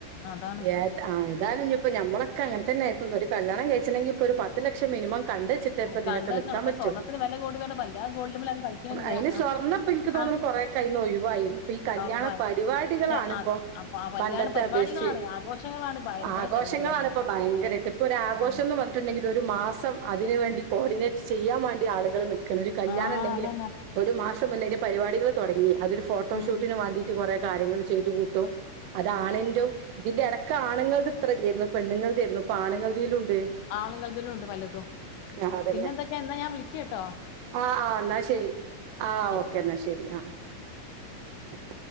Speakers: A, on the left; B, on the right.
A: അതാണ്
B: ഏ ആ എന്തായാലും ഇപ്പോ നമ്മളൊക്കെ അങ്ങനെ തന്നെ ആയിരിക്കും ഒരു കല്യാണം കഴിച്ചണെങ്കിൽ ഇപ്പോ ഒരു പത്ത് ലക്ഷം മിനിമം കണ്ട വേച്ചിട്ടെ ഇപ്പ ഇതിനൊക്കെ
A: കണ്ട് വെക്കണം
B: നിക്കാൻ
A: ഇപ്പൊ
B: പറ്റു
A: സ്വർണ്ണത്തിന് വില കൂടിയതുകൊണ്ട് വല്ലാതെ ഗോൾഡുമ്മൽ ആരും കളിക്കണില്ല
B: അയ്ന് സ്വർണപ്പൊ ഇൻക്ക് തോനുണ്
A: ആഹ്
B: കൊറേ ഒക്കെ ഒഴിവായി ഇപ്പ കല്യാണ
A: ഉറപ്പായും
B: പരിപാടികളാണിപ്പം
A: ചെ അത് അപ്പൊ ആ വല്ലാണ്ട്
B: പണ്ടത്തെ
A: പരിപാടികളാണ്
B: അപേശിച്ച്
A: ആഘോഷങ്ങളാണ് ഭയങ്കര
B: ആഘോഷങ്ങളാണ്പ്പം
A: ചെലവില് വരുന്നത്
B: ഭയങ്കരായിട്ട് ഇപ്പൊ ഒരാഘോഷം
A: ആഹ്
B: എന്ന് പറ പറഞ്ഞിട്ടുണ്ടെങ്കിൽ ഒരു മാസം അതിന് വേണ്ടി കോർഡിനേറ്റ് ചെയ്യാൻ വേണ്ടി ആളുകൾ നിക്ക്ണ്ഒരു കല്യാണം
A: ആഹ്
B: ഉണ്ടെങ്കില്
A: അതന്നെ
B: ഒരു മാസം മുന്നേ ആയിന്റെ പരിപാടികൾ തുടങ്ങി അതൊരു ഫോട്ടോഷൂട്ടന്
A: ഉം
B: വാണ്ടീട്ട് കുറെ കാര്യങ്ങൾ ചെയ്ത് കൂട്ടും അതാണിന്റേം ഇതിന്റെ ഇടക്ക് ആണുങ്ങൾ ഇത്ര ഇലേയ്ന്നു പെണ്ണുങ്ങൾ തേയ്ന്നു പ്പാണ്ങ്ങൾ തീലുണ്ട്
A: ആളുങ്ങളതിലും ഉണ്ട് പലതും
B: ആ അതന്നെ
A: പിന്നെ എന്തൊക്കെ എന്നാ ഞാൻ വിളിക്ക ട്ടോ
B: ആ ആ എന്നാ ശരി ആ ഓക്കെ
A: എന്നാ
B: എന്നാൽ ശരി ആ.